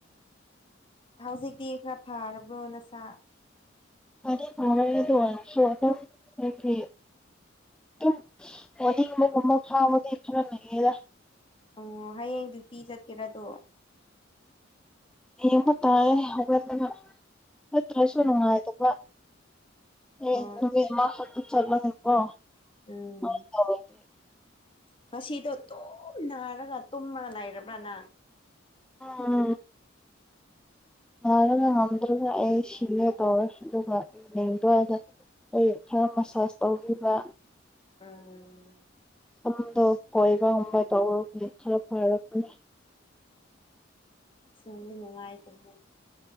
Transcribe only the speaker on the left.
ꯍꯥꯎꯖꯤꯛꯇꯤ ꯈ꯭ꯔ ꯐꯥꯔꯕ꯭ꯔꯣ ꯅꯁꯥ
ꯑꯣ ꯍꯌꯦꯡ ꯗ꯭ꯌꯨꯇꯤ ꯆꯠꯀꯦꯔꯥꯗꯣ
ꯎꯝ
ꯍꯣꯏ
ꯎꯝ
ꯉꯁꯤꯗꯣ ꯇꯨꯝ ꯅꯥꯔꯒ ꯇꯨꯝꯔꯒ ꯂꯩꯔꯕ꯭ꯔ ꯅꯪ
ꯎꯝ
ꯁꯨꯡꯗꯤ ꯅꯨꯡꯉꯥꯏꯇ꯭ꯕꯅꯦ